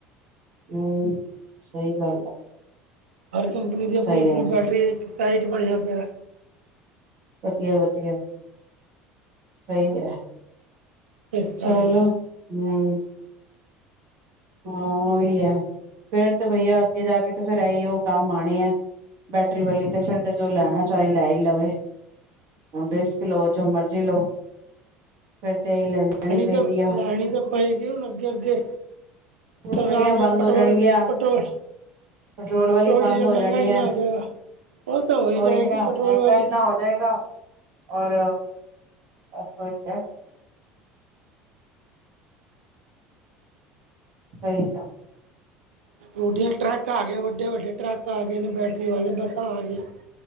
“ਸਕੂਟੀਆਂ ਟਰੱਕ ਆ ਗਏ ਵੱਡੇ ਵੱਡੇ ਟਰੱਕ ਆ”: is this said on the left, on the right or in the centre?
Right